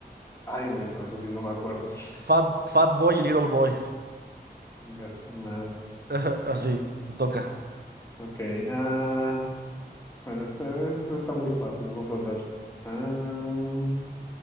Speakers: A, on the left (about 15°); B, on the right (about 70°).
A: Ay, bueno, eso sí no me acuerdo. <laughs>
B: Fat, Fat Boy y Little Boy.
A: Venga, su madre.
B: <laughs> Ajá, Así, te toca.
A: Ok, ah, bueno, este, este está muy fácil, vamos a ver. Ah,